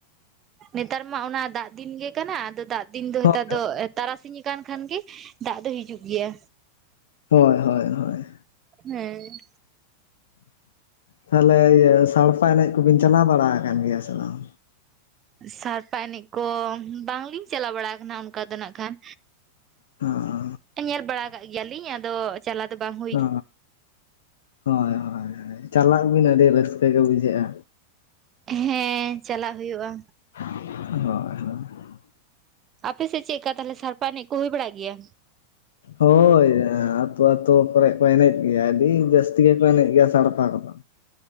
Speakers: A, on the right; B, on the left.
A: ᱱᱮᱛᱟᱨ ᱢᱟ ᱚᱱᱟ ᱫᱟᱜ ᱫᱤᱱ ᱜᱮ ᱠᱟᱱᱟ ᱟᱫᱚ ᱫᱟᱜ ᱫᱤᱱ ᱫᱚ ᱦᱮᱛᱟᱨ
B: ᱦᱳᱭ
A: ᱫᱚ ᱛᱟᱨᱟᱥᱤᱧ ᱟᱠᱟᱱ ᱠᱷᱟᱱ ᱜᱮ, ᱫᱟᱜ ᱫᱚ ᱦᱤᱡᱩᱜ ᱜᱮᱭᱟ᱾
B: ᱦᱳᱭ-ᱦᱳᱭ-ᱦᱳᱭ᱾
A: ᱦᱮᱸ᱾
B: ᱛᱟᱦᱚᱞᱮ ᱤᱭᱟᱹ ᱥᱟᱲᱯᱦᱟ ᱮᱱᱮᱡᱽ ᱠᱚᱵᱤᱱ ᱪᱟᱞᱟᱣ ᱵᱟᱲᱟ ᱟᱠᱟᱱ ᱜᱮᱭᱟ ᱥᱮ ᱵᱟᱝ?
A: ᱥᱟᱲᱯᱟ ᱮᱱᱮᱡᱽ ᱠᱚ, ᱵᱟᱝᱞᱤᱧ ᱪᱟᱞᱟᱣ ᱵᱟᱲᱟ ᱠᱟᱱᱟ ᱚᱱᱠᱟ ᱫᱚ ᱱᱟᱜ ᱠᱷᱟᱱ᱾
B: ᱦᱮᱸ
A: ᱧᱮᱞ ᱵᱟᱲᱟ ᱟᱠᱟᱜ ᱜᱮᱭᱟᱞᱤᱧ ᱟᱫᱚ ᱪᱟᱞᱟᱣ ᱫᱚ ᱵᱟᱝ ᱦᱩ
B: ᱚᱻ ᱦᱳᱭ-ᱦᱳᱭ ᱪᱟᱞᱟᱜ ᱵᱤᱱ ᱟᱹᱰᱤ ᱨᱟᱹᱥᱠᱟᱹ ᱜᱮ ᱵᱩᱡᱷᱟᱹᱜᱼᱟ᱾
A: ᱦᱮᱸ ᱪᱟᱞᱟᱜ ᱦᱩᱭᱩᱜᱼᱟ᱾
B: ᱦᱳᱭ-ᱦᱳᱭ᱾
A: ᱟᱯᱮᱥᱮᱫ ᱪᱮᱫᱽᱞᱮᱠᱟ ᱛᱟᱦᱚᱞᱮ ᱥᱟᱲᱯᱦᱟ ᱮᱱᱮᱡᱽ ᱠᱚ ᱦᱩᱭ ᱵᱟᱲᱟᱜ ᱜᱮᱭᱟ᱾
B: ᱦᱳᱭ ᱟᱹᱛᱩ-ᱟᱹᱛᱩ ᱠᱚᱨᱮ ᱠᱚ ᱮᱱᱮᱡᱽ ᱜᱮᱭᱟ ᱟᱹᱰᱤ ᱡᱟᱹᱥᱛᱤ ᱜᱮᱠᱚ ᱮᱱᱮᱡᱽ ᱜᱮᱭᱟ ᱥᱟᱲᱯᱦᱟ ᱠᱚᱫᱚ᱾